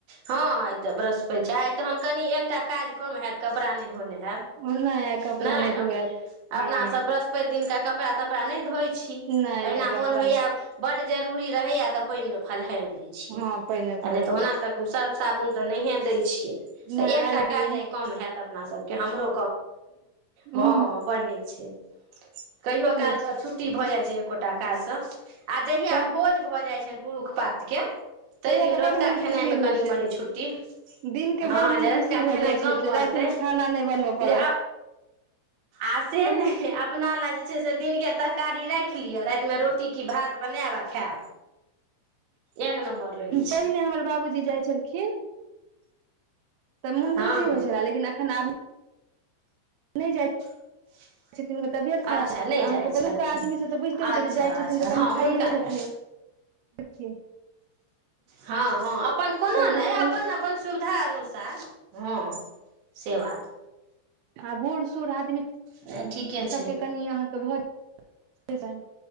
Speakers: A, on the right; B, on the right.
A: हँ आय त वृहस्पति छै आय त कनि हम एकटा काज कम हैत कपड़ा नय धोने हेब
B: नहि कपड़ा
A: नय
B: नहि धुएब
A: अपना
B: हँ
A: सब वृहस्पि वृहस्पति दिन त कपड़ा तपड़ा नहि धोइ छी
B: नहि
A: अहिना
B: नहि
A: मोन
B: कपड़ा
A: होइया बड्ड जरूरी रहैया तऽ पानिमे फलहारि दै छियै
B: हँ पानि मे भरार
A: आ नहि तऽ ओना
B: दै छै
A: तऽ सर्फ साबुन त नहि दै छियै
B: नहि
A: एकटा
B: आइ दिन
A: काज
B: मे
A: आई कम हैत अपना सब हमरो हँ
B: ह
A: बड नीक छै कहियो
B: से
A: काल
B: छै
A: के छुट्टी भए जाइ छै एकोटा काज से आ जहिया
B: तऽ
A: भोज भए जाइ छनि पुरुख पातके ताहि
B: तहिया
A: दिन
B: तऽ
A: रतुका
B: बड मोन
A: खेनाईमे
B: खुशी रहै
A: कनि
B: छै
A: मने छुट्टी
B: दिन के
A: हँ
B: बड़ मोन
A: जे
B: खुशी
A: रतुका
B: भऽ
A: खेनाई
B: जाइ छै
A: कम
B: जे
A: बनतै
B: राति मे खाना नहि बनबय पड़त
A: जे आ से
B: ओना
A: ने अपना ले जे छै से दिनके तरकारी राखि लिअ रातिमे रोटी की भात बनायब आ खायब एक नम्बर रहै छै
B: पहिने हमर बाबूजी जाई छलखिन कि मुन
A: हँ
B: खुशी होइ छला नहि जा।
A: <inaudible>
B: छथिन हुनकर तबियत खराब
A: अच्छा
B: तऽ
A: नहि
B: अहाँकेँ
A: जाइ छथिन
B: पड़ुकके आदीसभ तऽ बुझिते
A: अच्छा
B: छयै जे जाई छथिन
A: अच्छा
B: तऽ कनि
A: हँ
B: खाईए
A: हुनका
B: ल छथिन
A: लए
B: देखछिय।
A: ह, ह अपन कोनो
B: अहाँके
A: नहि अपन
B: कनि
A: अपन सुविधा अनुसार ह से बात
B: आ बूढ़ सूढ़ आदमी
A: नहि ठीके छै
B: सभके कनि अहाँकेँ भऽ जात